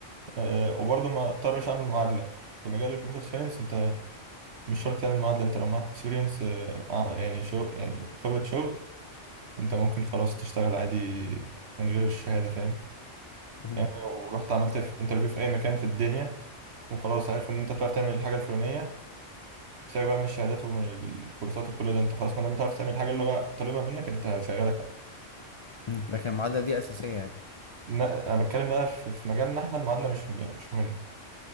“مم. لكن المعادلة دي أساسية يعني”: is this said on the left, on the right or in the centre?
Left